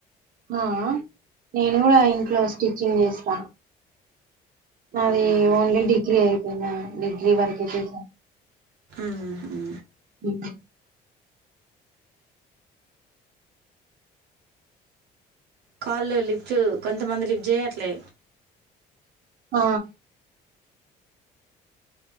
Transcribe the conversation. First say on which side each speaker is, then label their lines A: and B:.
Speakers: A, on the right; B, on the right.
A: ఆ అహ్ నేను కూడ ఇంట్లో స్టిచ్చింగ్ చేస్ ట నాది
B: అవునా
A: ఓన్లీ డిగ్రీ అయిప్ నేన డిగ్రీ వరకే చేసా.
B: ఉ హు
A: ఉమ్
B: కాల్లు లిఫ్ట్, కొంతమంది లిఫ్ట్ చేయట్లే.
A: ఆ